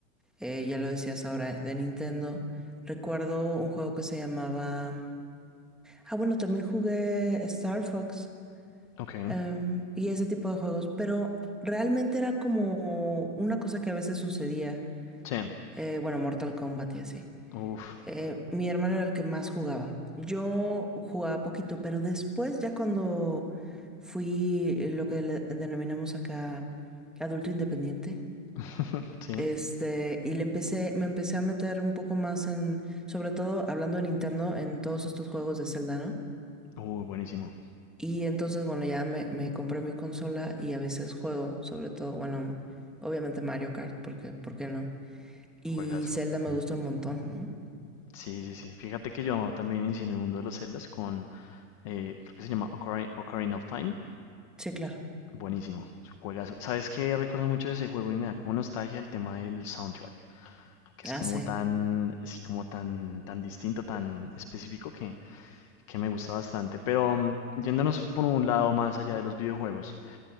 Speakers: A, in the centre; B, on the left.
A: eh, ya lo decías ahora de Nintendo. Recuerdo un juego que se llamaba... Ah, bueno, también jugué Star Fox.
B: Ok,
A: em, y ese tipo de juegos. Pero realmente era como una cosa que a veces sucedía.
B: sí,
A: eh, bueno, Mortal Kombat y así.
B: uff,
A: Eh, mi hermano era el que más jugaba. Yo jugaba poquito, pero después, ya cuando fui lo que le denominamos acá adulto independiente,
B: <laughs> sí,
A: este, y le empecé, me empecé a meter un poco más en, sobre todo hablando de Nintendo, en todos estos juegos de Zelda, ¿no?
B: uy, buenísimo,
A: Y entonces, bueno, ya me, me compré mi consola y a veces juego, sobre todo, bueno, obviamente Mario Kart, porque, ¿por qué no? Y
B: juegazo.
A: Zelda me
B: Mm.
A: gusta un montón, ¿no?
B: Sí, sí, sí. Fíjate que yo también inicié en el mundo de los celdas con, eh, creo que se llama Ocarina, Ocarina of Time.
A: Sí, claro.
B: Buenísimo, es un juegazo. ¿Sabes qué? Recuerdo mucho de ese juego y me da como nostalgia el tema del soundtrack, que es
A: Ah,
B: como
A: sí.
B: tan, sí, como tan, tan distinto, tan específico que, que me gusta bastante. Pero mm, yéndonos por un lado más allá de los videojuegos,